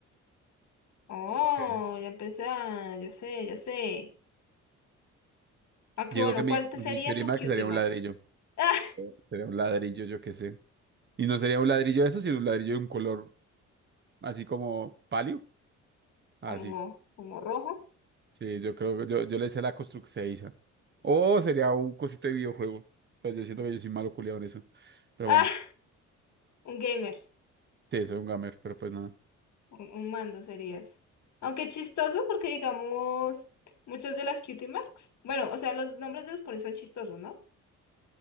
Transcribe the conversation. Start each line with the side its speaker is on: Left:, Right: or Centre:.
Left: Oh,
Right: Ok.
Left: ya empecé, a- ya sé, ya sé. Aunque
Right: Yo
Left: bueno,
Right: digo que mi,
Left: ¿cuál te
Right: mi
Left: sería
Right: Curimar
Left: tu cutie
Right: que sería
Left: mark?
Right: un ladrillo.
Left: <laughs> ¡Ah!
Right: Sería un ladrillo, yo qué sé. Y no sería un ladrillo de eso, sino un ladrillo de un color así como palio. Así.
Left: Como, como rojo.
Right: Sí, yo creo que yo, yo le sé la construcción. O sería un cosito de videojuego. Pero yo siento que yo soy malo culiado en eso. Pero
Left: Ah,
Right: bueno,
Left: un gamer.
Right: sí, soy un gamer, pero pues nada.
Left: Un, un mando serías. Aunque chistoso porque digamos, muchas de las cutie marks. Bueno, o sea, los nombres de los ponis son chistosos, ¿no?